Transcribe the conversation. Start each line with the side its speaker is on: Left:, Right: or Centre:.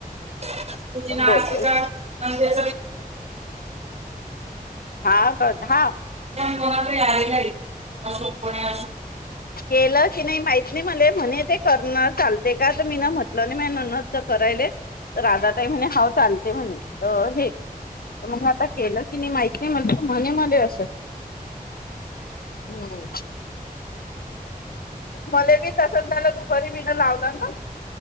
Right: तुजी नाटकं.
Left: बोल
Right: <unintelligible>
Left: हा हा
Right: कोणाकडे आहे का असो कोणी असो
Left: केलं की नाय माहित नाय. मले म्हणे ते करणार चालते का? मी न म्ह ल नाय माया नंनदच करायले. राधा ताई म्हणे हाव चालतय म्हणे हो हे मग आता केलं. कि नाय माहित नाय म्हण म्हणे मला अस हम्म. मले बी तसंच झालं तु दुपारी मिन लावला ना,